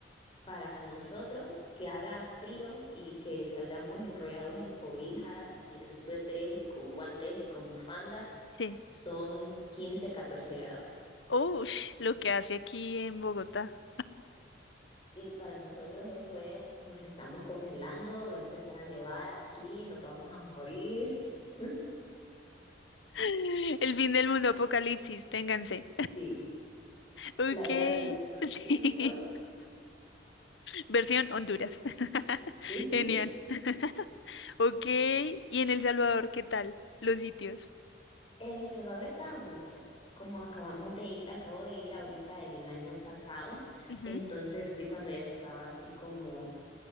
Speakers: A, on the left; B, on the left.
A: para nosotros que haga frío y que salgamos enrollados en cobijas y en suéteres y con guantes y con bufandas
B: sí.
A: son 15 14 grados.
B: Ush, lo que hace aquí en Bogotá.
A: Y para nosotros eso es, nos estamos congelando, va a empezar a nevar aquí, nos vamos a morir. <laughs>
B: <laughs> El fin del mundo, apocalipsis, ténganse.
A: Sí,
B: Ok,
A: la era
B: <laughs>
A: del hielo cinco
B: sí. Versión Honduras. <laughs>
A: <laughs> sí.
B: Genial. <laughs> Ok, y en El Salvador, ¿qué tal? Los sitios.
A: El Salvador estaba bonito, como acabamos de ir- acabo de ir ahorita el año pasado,
B: Ujú.
A: entonces fui cuando ya estaba así como